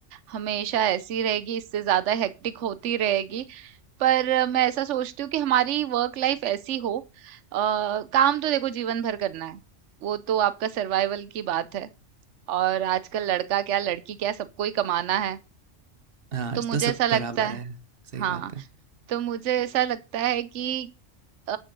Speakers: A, on the right; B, on the right.
A: हमेशा ऐसी रहेगी इससे ज्यादा हेक्टिक होती रहेगी पर मैं ऐसा सोचती हूँ कि हमारी वर्क लाइफ ऐसी हो अ, काम तो देखो जीवन भर करना है वो तो आपका सर्वाइवल की बात है और आजकल लड़का क्या लड़की क्या सबको ही कमाना है
B: हाँ
A: तो
B: आज
A: मुझे
B: तो सब
A: ऐसा लगता
B: बराबर
A: है
B: है सही
A: हाँ
B: बात है
A: तो मुझे ऐसा लगता है कि अ,